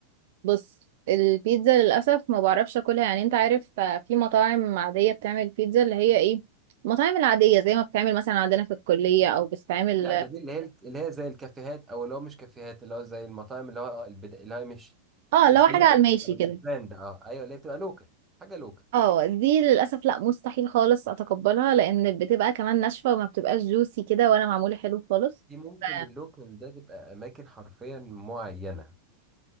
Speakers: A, on the right; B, on the right.
A: بص البيتزا للاسف ما بعرفش اكلها يعني انت عارف آه، في مطاعم عادية بتعمل بيتزا اللي هي ايه المطاعم العادية زي ما بتعمل مثلا عندنا في الكلية او بتتعمل
B: لا ده دي اللي هي اللي هي زي الكافيهات او اللي هو مش كافيهات اللي هو زي المطاعم اللي هو آه، البدا اللي هي مش
A: اه
B: مش
A: لو حاجة
B: ليها
A: على
B: اسم،
A: الماشي كده
B: مش براند اه ايوه اللي هي بتبقى لوكال حاجة لوكال
A: اه دي للاسف لا مستحيل خالص اتقبلها لان بتبقى كمان ناشفه وما بتبقاش جوسي كده ولا معموله حلو خالص
B: دي ممكن
A: ف...
B: اللوكال ده تبقى اماكن حرفيا معينه